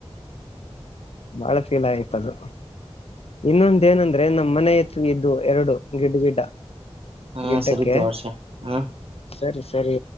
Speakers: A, on the left (about 70°); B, on the right (about 65°).
A: ಬಾಳ ಫೀಲ್ ಆಯತದು ಇನ್ನೊಂದ ಏನಂದ್ರೆ ನಮ್ಮ್ ಮನೆ ಎತ್ತು ಇದ್ದು ಎರಡು ಗಿಡ್ಡ ಗಿಡ್ಡ
B: ಹಾ
A: ಗಿಡ್ಡಕ್ಕೆ
B: ಸರಿತು ಹರ್ಷ ಹಾ.
A: ಸರಿ ಸರಿ